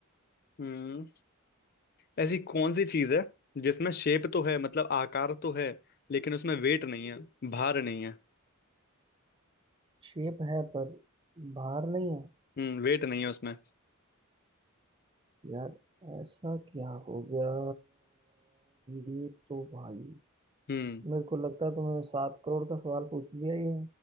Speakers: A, on the left (about 45°); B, on the right (about 25°).
A: हम्म ऐसी कौन सी चीज है जिसमें शेप तो है मतलब आकार तो है लेकिन उसमें वेट नहीं है भार नहीं है
B: शेप है पर बाहर नहीं है
A: हम्म वेट नहीं है उसमें
B: यार ऐसा क्या हो गया ये तो भाई
A: हम्म
B: मेरे को लगता है तुमने सात करोड़ का सवाल पूछ लिया ये